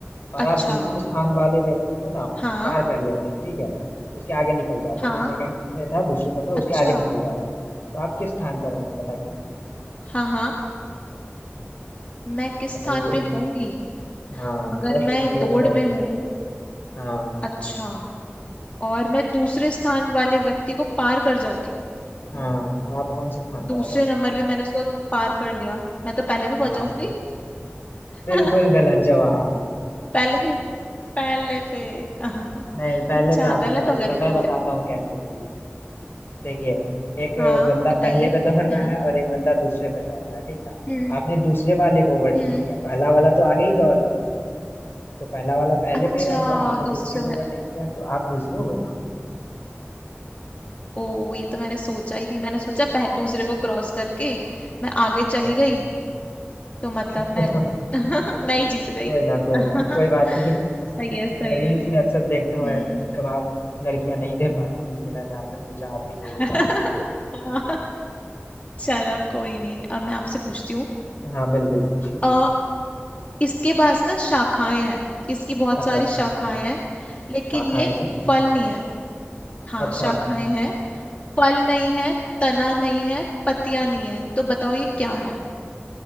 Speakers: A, on the left (about 55°); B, on the left (about 30°).
A: और
B: अच्छा
A: आप दूसरे स्थान वाले व्यक्ति को ना
B: हाँ
A: पार कर लेते हैं ठीक है उसके आगे निकल जाते
B: हाँ
A: हैं जो सेकंड पे था दूसरे पे था
B: अच्छा
A: उसके आगे निकल जाते हैं तो आप किस स्थान पर होंगे बताइए
B: हाँ हाँ मैं किस
A: बताइए
B: स्थान पे होंगी
A: हाँ
B: अगर
A: फर्स्ट
B: मैं
A: सेकंड
B: दौड़
A: या थर्ड
B: में हूँ
A: हाँ
B: अच्छा और मैं दूसरे स्थान वाले व्यक्ति को पार कर जाती
A: हाँ
B: हूँ
A: तो आप कौन से स्थान पे
B: दूसरे
A: आ जाओगे
B: नंबर पे मैंने उसको पार कर लिया मैं तो पहले भी पहुंच
A: हाँ
B: जाऊंगी
A: बिल्कुल
B: <laughs>
A: गलत जवाब
B: पहले पहले फिर <laughs> हाँ हाँ
A: नहीं पहले
B: अच्छा
A: पे आप
B: गलत
A: नहीं पहुंचेगा
B: हो गया रुको
A: मैं
B: फिर
A: बताता हूँ कैसे चलिए देखिए एक
B: हाँ
A: बंदा
B: बताइए
A: पहले पे दौड़ रहा
B: हम्म
A: है और एक बंदा दूसरे पे दौड़ रहा है ठीक ना
B: हम्म
A: आपने दूसरे वाले को ओवरटेक
B: हम्म
A: किया पहला वाला तो आगे ही दौड़ रहा है तो पहला वाला पहले
B: अच्छा
A: पे रह गया आपने
B: दूसरे
A: दूसरे को
B: में
A: ओवरटेक किया तो आप दूसरे हुए ना
B: ओ ये तो मैंने सोचा ही थी मैंने सोचा पह, दूसरे को क्रॉस करके मैं आगे
A: हाँ
B: चली गई तो मतलब
A: <laughs>
B: मैं <laughs> मैं ही जीत गई
A: कोई ना
B: <laughs>
A: कोई
B: सही
A: ना कोई बात नहीं
B: है सही
A: मैं रील्स
B: है
A: में अक्सर
B: हम्म
A: देखता हूँ ऐसे जवाब लड़कियां नहीं दे पाती इसलिए मैंने आपसे पूछा आप भी नहीं
B: <laughs>
A: दे पाए
B: हाँ, चलो कोई नहीं अब मैं आपसे पूछती
A: हाँ बिल्कुल पूछिए
B: हूँ इसके पास ना शाखाएं हैं इसकी बहुत
A: अच्छा
B: सारी शाखाएं हैं लेकिन
A: शाखाएं
B: ये
A: हैं
B: फल नहीं है हाँ
A: अच्छा
B: शाखाएं हैं फल नहीं है तना नहीं है पत्तियां नहीं है तो बताओ ये क्या है